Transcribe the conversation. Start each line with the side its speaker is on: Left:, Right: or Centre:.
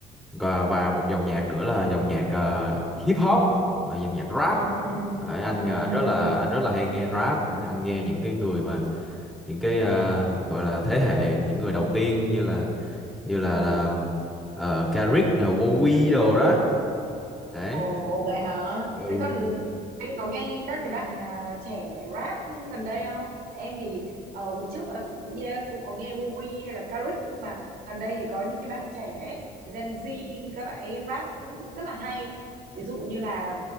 Centre: và, và một dòng nhạc nữa là dòng nhạc ờ, hip hop ờ, dòng nhạc rap
Right: Ừm,
Centre: Ờ, anh
Right: ừm.
Centre: ờ, anh rất là anh rất là hay nghe rap Ờ, anh nghe những cái người mà những cái ờ, gọi là thế hệ những người đầu tiên như là như là, là ờ, Kendrick nè Wowy đồ đó đấy
Right: Ồ vậy hả?
Centre: ừ
Right: Thế còn anh có nghe các cái bạn ờ, trẻ rap gần đây không? Em thì ờ, hồi trước là yeah, cũng có nghe Wowy hay là Karik nhưng mà gần đây thì có những cái bạn trẻ ấy, Gen Z các bạn ấy rap cũng rất là hay. Ví dụ như là